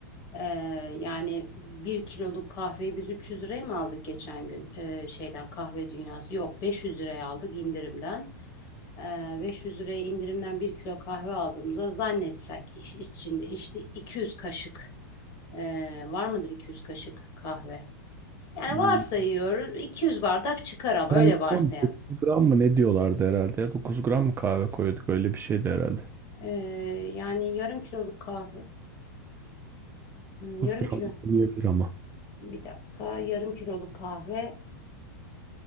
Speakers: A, on the left; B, on the right.
A: eee, yani bir kiloluk kahveyi biz 300 liraya mı aldık geçen gün eee, şeyden kahve dünyası? Yok 500 liraya aldık indirimden. Eee, 500 liraya indirimden bir kilo kahve aldığımızda zannetsek ki iç- içinde işte 200 kaşık eee, var mıdır 200 kaşık kahve? Yani
B: İyi.
A: varsayıyoruz 200 bardak çıkar ama öyle
B: 10
A: varsayalım.
B: gram 9 gram mı ne diyorlardı herhalde ya 9 gram mı kahve koyduk öyle bir şeydi herhalde.
A: Eee, yani yarım kiloluk kahve. Hmm, Yarım
B: dokuz gram
A: kilo.
B: da olmayabilir ama.
A: Bir dakika yarım kiloluk kahve